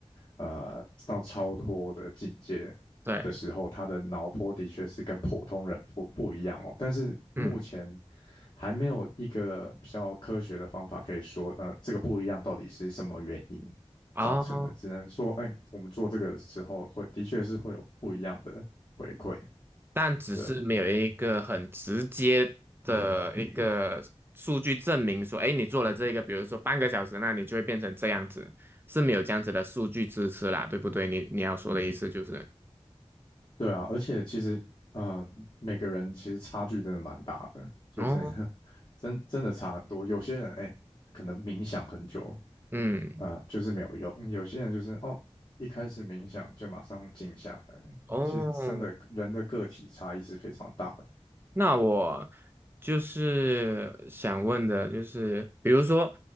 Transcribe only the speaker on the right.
对，
嗯，
哦，
但只是没有一个很直接的一个数据证明说，
哎，你做了这个，比如说半个小时，那你就会变成这样子，是没有这样子的数据支持啦，对不对？你你要说的意思就是，
哦，
嗯，
哦，那我就是想问的，就是比如说